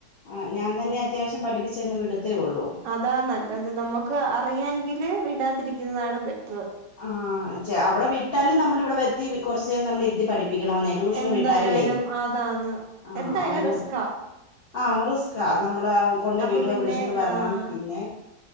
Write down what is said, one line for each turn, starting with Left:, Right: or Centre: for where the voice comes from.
Left: ആഹ് ഞാൻ തന്നെ അത്യാവശ്യം പഠിപ്പിച്ചങ്ങ് വിടത്തേ ഒള്ളു.
Right: അതാ നല്ലത്, നമുക്ക് അറിയാങ്കില് വിടാതിരിക്കുന്നതാണ് ബെറ്ററ്.
Left: ആഹ് ച അവിടെ വിട്ടാലും നമ്മൾ ഇവിടെ വരുത്തി കുറച്ചു നേരം നമ്മൾ ഇരു ത്തി പഠിപ്പിക്കണോന്നെ, ട്യൂഷന്
Right: എന്തായാലും
Left: വിട്ടാലുവേ.
Right: അതാന്ന്
Left: ആഹ്
Right: എന്തായാലും
Left: അതുകൊ
Right: റിസ്കാ
Left: ആ നമ്മ റിസ്കാ നമ്മൾ കൊണ്ട്
Right: അപ്പൊ
Left: വീടുക
Right: പിന്നെ
Left: വിളിച്ചോണ്ട് വരണം.
Right: ആഹ്
Left: പിന്നെ,